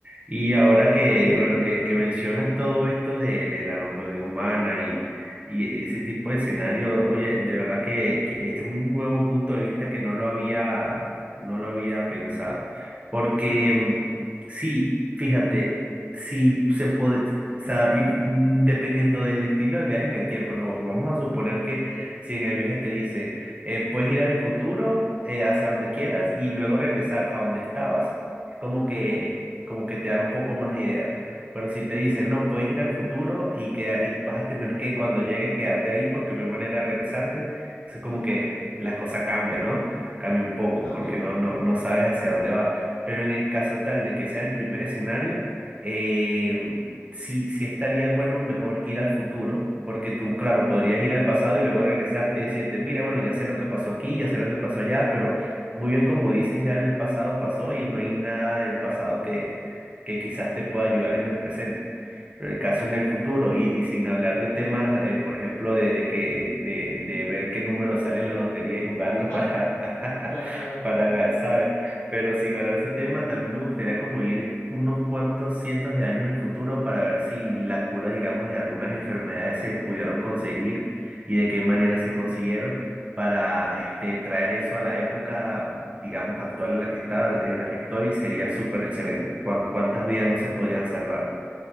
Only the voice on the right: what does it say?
Y ahora que, bueno, que, que mencionas todo esto de, de la longevidad humana y, y, y ese tipo de escenario, oye, de verdad que, que es un nuevo punto de vista que no lo había, no lo había pensado. Porque
mm, sí, fíjate, sí se puede, o sea, y, mm, dependiendo del estilo de viaje en el tiempo, no, vamos a suponer que si en el viaje te dicen eh, puedes ir al futuro, eh, hacia donde quieras y luego regresar a donde estabas, como que, como que te da un poco más de idea. Pero si te dicen, no, puedes ir al futuro y, que, y vas a tener que cuando llegues quedarte ahí porque no hay manera de regresarte, es como
que las cosas cambian, ¿no? Cambia un poco
porque no, no, no sabes hacia dónde vas. Pero en el caso tal de que sea el primer escenario, eh, sí, sí estaría bueno mejor ir al futuro, porque tú, claro, podrías ir al pasado y luego regresarte y decirte, mira, bueno, ya sé lo que pasó aquí, ya sé lo que pasó allá, pero muy bien como dices, ya el pasado pasó y no hay nada del pasado que, que quizás te pueda ayudar en el presente. Pero el caso en el futuro, y, y sin hablar de temas, eh, por ejemplo, de, de que, de, de ver qué número sale en la lotería y jugarlo
para, <laughs>
para, ¿sabes? Pero sin hablar de ese tema, también me gustaría como ir unos cuantos cientos de años al futuro para ver si la cura, digamos, de algunas enfermedades se pudieron conseguir y de qué manera se consiguieron para este, traer eso a la época, digamos, actual en la que está, en la que estoy, sería súper excelente. ¿Cuán- ¿Cuántas vidas no se podrían salvar